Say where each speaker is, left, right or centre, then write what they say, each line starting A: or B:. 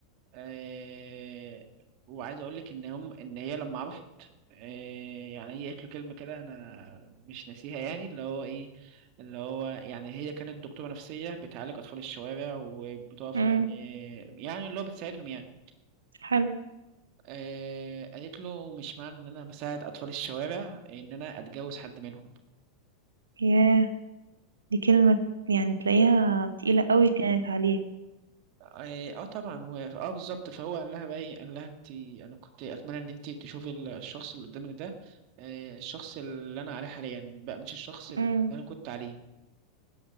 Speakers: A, on the right; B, on the right.
A: آه وعايز اقول لك ان هم ان هي لما عرفت آه يعني هي قالت له كلمه كده انا مش ناسيها يعني اللي هو ايه اللي هو يعني هي كانت دكتوره نفسيه بتعالج اطفال الشوارع وبتقف
B: امم
A: يعني يعني اللي هو بتساعدهم يعني
B: حلو
A: آه قالت له مش معنى ان انا بساعد اطفال الشوارع ان انا اتجوز حد منهم
B: ياه دي كلمة يعني تلاقيها تقيلة قوي كانت عليه
A: اه آه طبعا و... اه بالظبط فهو قال لها بقى ايه قال لها انت انا كنت اتمنى ان انت تشوفي ال- الشخص اللي قدامك ده آه الشخص اللي انا عليه حاليا بقى مش الشخص اللي
B: امم
A: انا كنت عليه